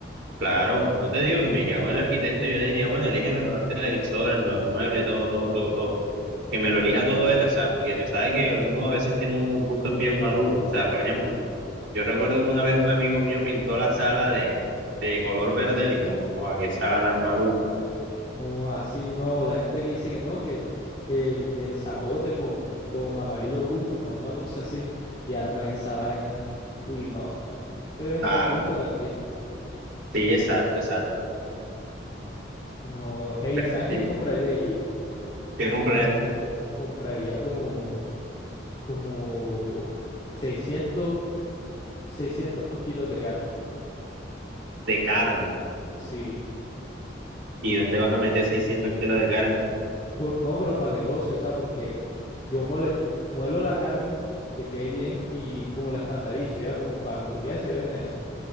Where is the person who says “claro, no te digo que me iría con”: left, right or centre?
Right